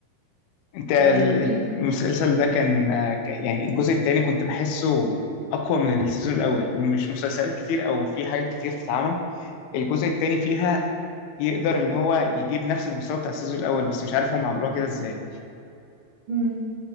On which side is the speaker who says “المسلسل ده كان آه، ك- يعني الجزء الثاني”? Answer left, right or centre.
Left